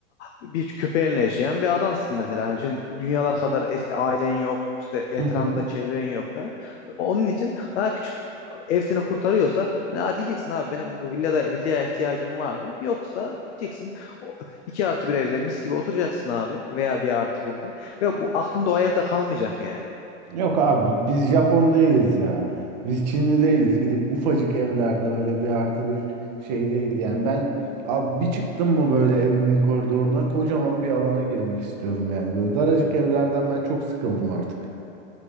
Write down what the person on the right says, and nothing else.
Hı hı.
Yok abi biz Japon değiliz ya. Biz Çinli değiliz. Gidip ufacık evlerde böyle bir artı bir şey değil yani. Ben abi bir çıktım mı böyle evimin koridoruna kocaman bir alana girmek istiyorum yani. Böyle daracık evlerden ben çok sıkıldım artık.